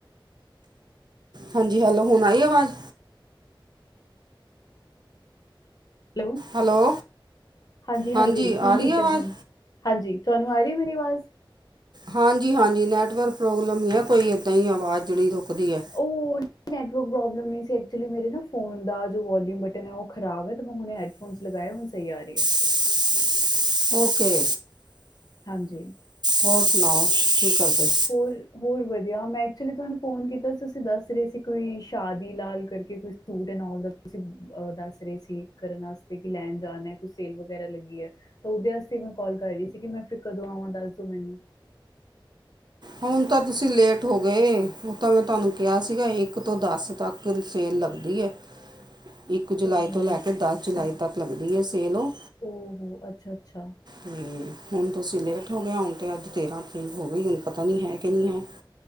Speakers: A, on the right (about 55°); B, on the left (about 50°).
A: ਹਾਂਜੀ, ਹੈਲੋ ਹੁਣ ਆਈ ਆਵਾਜ਼।
B: <unintelligible> ਹੈਲੋ।
A: ਹੈਲੋ।
B: ਹਾਂਜੀ-ਹਾਂਜੀ,
A: ਹਾਂਜੀ ਆ
B: ਹੁਣ ਠੀਕੈ
A: ਰਹੀ ਆਵਾਜ਼
B: ਹੁਣ ਹਾਂਜੀ, ਤਾਨੂੰ ਆ ਰੀ ਮੇਰੀ ਆਵਾਜ਼।
A: ਹਾਂਜੀ-ਹਾਂਜੀ, ਨੈਟਵਰਕ ਪ੍ਰੋਬਲਮ ਹੀ ਐ ਕੋਈ ਏਦਾਂ ਈ ਆਵਾਜ਼ ਜੇੜੀ ਰੁਕਦੀ ਐ।
B: ਉਹ <unintelligible> ਨੈਟਵਰਕ ਪ੍ਰੋਬਲਮ ਨਹੀਂ ਸੀ ਐਕਚੁਲੀ ਮੇਰੇ ਨਾ ਫੋਨ ਦਾ ਜੋ ਵਾਲਿਯੁਮ ਬਟਨ ਹੈ ਔ ਖਰਾਬ ਹੈ, ਤਾਂ ਮੈਂ ਹੁਣੇ ਹੈਅ ਫੋਨਸ ਲਗਾਏ, ਹੁਣ ਸਈ ਆ ਰੀ ਐ।
A: ਹ <unintelligible> <unintelligible> ਔਕੇ, <unintelligible>
B: ਹਾਂਜੀ।
A: ਹੋਰ ਸੁਨਾਔ ਕੀ ਕਰਦੇ।
B: ਹੋਰ-ਹੋਅ ਹੋਰ ਵਧੀਆ, ਮੈਂ ਐਕਚੁਲੀ ਤਾਨੂੰ ਫੋਨ ਕੀਤਾ ਸੀ, ਤੁਸੀਂ ਦੱਸ ਰਹੇ ਸੀ ਕੋਈ ਸ਼ਾਦੀ ਲਾਲ ਕਰਕੇ ਕੋਈ ਸੂ ਦੇ ਨਾਲ ਦਾ ਤੁਸੀ ਅ ਦੱਸ ਰੇ ਸੀ। ਕਰਨ ਵਾਸਤੇ ਕਿ ਲੈਣ ਜਾਣਾ। ਕੋਈ ਸੇਲ ਵਗੈਰਾ ਲੱਗੀ ਏ। ਤੇ ਔਦੇ ਆਸਤੇ ਮੈਂ ਕਾਲ ਕਰੀ ਸੀ ਕਿ ਮੈਂ ਫੇਰ ਕਦੋਂ ਆਵਾਂ, ਦੱਸ ਦੋ ਮੈਨੂੰ।
A: ਹੁਣ ਤਾਂ ਤੁਸੀਂ ਲੇਟ ਹੋ ਗਏ, ਔ ਤਾਂ ਮੈਂ ਤਾਨੂੰ ਕਿਹਾ ਸੀਗਾ, ਇੱਕ ਤੋਂ ਦਸ ਤੱਕ ਸੇਲ ਲੱਗਦੀ ਏ।
B: <inaudible>
A: ਇੱਕ ਜੁਲਾਈ
B: ਓ
A: ਤੋਂ ਲੈ ਕੇ ਦਸ ਜੁਲਾਈ ਤੱਕ ਲੱਗਦੀ ਏ ਸੇਲ ਔ।
B: ਔਹੋੋ, ਅੱਛਾ-ਅੱਛਾ।
A: ਹਮ ਹੁਣ ਤੁਸੀਂ ਲੇਟ ਹੋ ਗਏ ਹੁਣ ਤਾਂ ਅੱਜ ਤੇਰ੍ਹਾਂ ਤਰੀਕ ਹੋ ਗੀ ਹੁਣ ਪਤਾ ਨੀ ਹੈ ਕਿ ਨੀ ਹੈ।